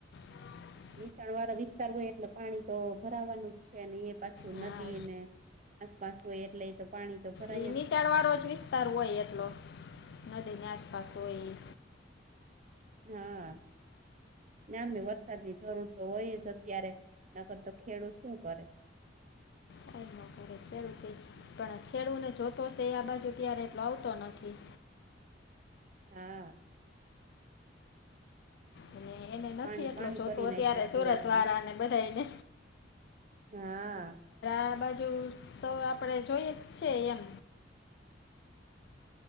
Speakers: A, on the left; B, on the right.
A: <unintelligible> <inaudible>
B: નીચાણ વાળા વિસ્તાર હોય એટલે પાણી તો ભરાવાનું જ છે અને એ પાછું
A: હા
B: નદી ને આસપાસ હોય એટલે એ તો પાણી તો ભરાય
A: એ નીચાણ
B: જ
A: વાળો જ વિસ્તાર હોય એટલો નદીની આસપાસ હોય એ
B: હા ત્યાં વરસાદ ની જરૂર તો હોય જ અત્યારે નકર તો ખેડૂ શું કરે?
A: હમ <unintelligible> ખેડુતે પણ ખેડૂુ ને જોતોશે આ બાજુ ત્યારે એટલો આવતો નથી.
B: હા.
A: અને એને
B: પાણી
A: નથી એટલો
B: પાણી
A: જોતું
B: કરી
A: અત્યારે
B: નાખ્યું
A: સુરત
B: સુરતમાં
A: વાળાને બધાને
B: હા
A: આ બાજુ સૌ આપણે જોઈએ જ છે એમ